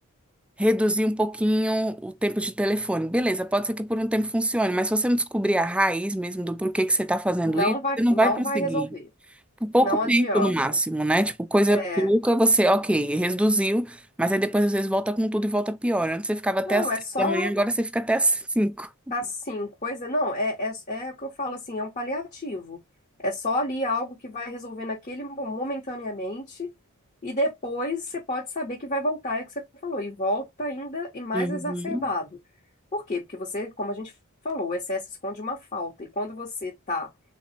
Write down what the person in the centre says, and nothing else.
reduzir um pouquinho o tempo de telefone. Beleza, pode ser que por um tempo funcione, mas se você não descobrir a raiz mesmo do porquê que você está fazendo
isso,
você não
vai conseguir.
Por pouco
tempo
no máximo, né? Tipo, coisa
pouca, você, ok, reduziu, mas aí depois às vezes volta com tudo e volta pior. Antes você ficava até
as três
da manhã, agora você fica até as cinco.
Uhum.